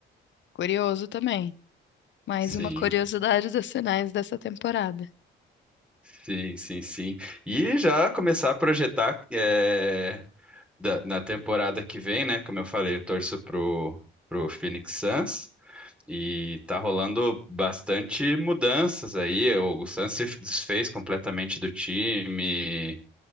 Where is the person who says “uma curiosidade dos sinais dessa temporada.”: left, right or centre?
Left